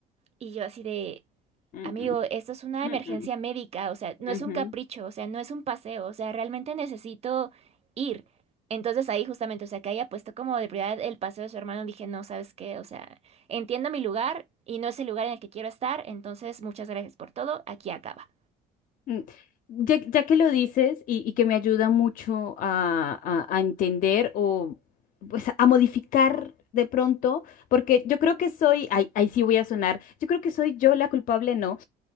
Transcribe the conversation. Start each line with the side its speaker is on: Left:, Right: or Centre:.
Right: Y yo así de,
Left: mm,
Right: Amigo,
Left: mm,
Right: esto es una
Left: mm,
Right: emergencia
Left: mm,
Right: médica, o sea, no
Left: ujú.
Right: es un capricho, o sea, no es un paseo, o sea, realmente necesito ir. Entonces ahí justamente, o sea, que haya puesto como de prioridad el paseo de su hermano, dije, no, ¿sabes qué? O sea, entiendo mi lugar y no es el lugar en el que quiero estar, entonces muchas gracias por todo, aquí acaba.
Left: Mm, Ya, ya que lo dices y, y que me ayuda mucho a, a- a entender o pues a modificar de pronto, porque yo creo que soy, ay, ahí sí voy a sonar, yo creo que soy yo la culpable, ¿no?